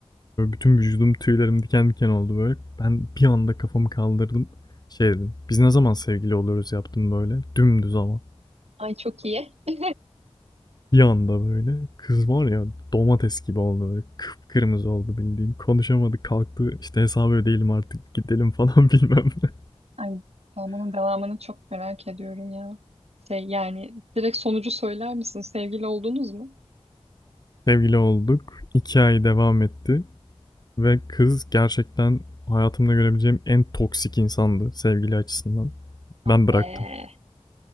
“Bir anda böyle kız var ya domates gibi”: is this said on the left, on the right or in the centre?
Left